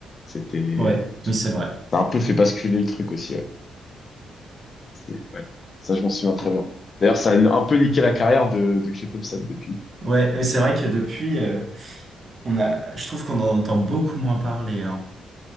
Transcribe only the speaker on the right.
ouais, oui, c'est vrai.
Ouais, mais c'est vrai que depuis, euh, on a, je trouve qu'on en entend beaucoup moins parler, hein.